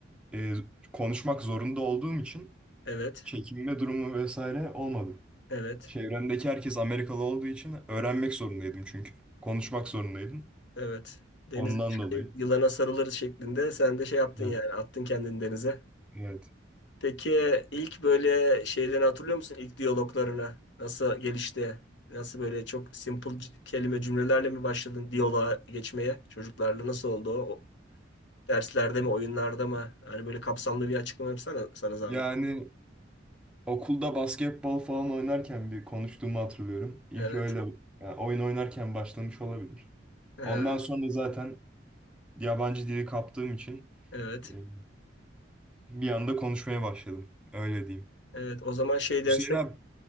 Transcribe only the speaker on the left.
evet.
Evet.
Ha,
evet. Denize
düşelim,
yılana sarılırız şeklinde sen de şey yaptın
yani attın kendini denize.
Peki ilk böyle şeylerini hatırlıyor musun? İlk diyaloglarına nasıl gelişti? Nasıl böyle çok simple c- kelime cümlelerle mi başladın diyaloğa geçmeye? Çocuklarla nasıl oldu o? Derslerde mi, oyunlarda mı? Hani böyle kapsamlı bir açıklama yapsana sana zahmet.
Evet.
Ha,
evet.
Evet. O zaman şey
densek.